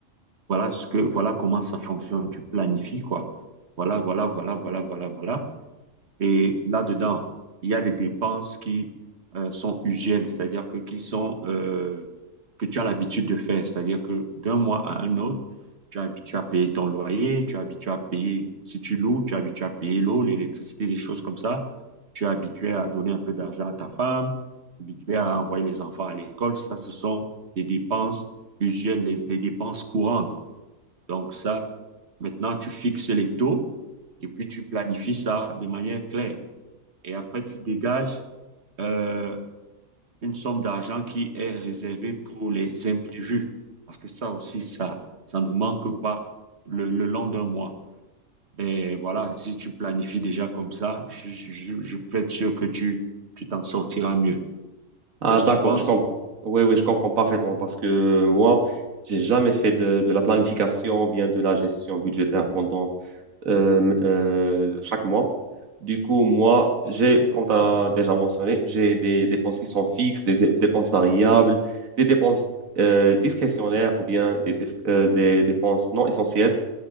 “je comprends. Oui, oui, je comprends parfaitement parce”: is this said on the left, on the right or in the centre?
Right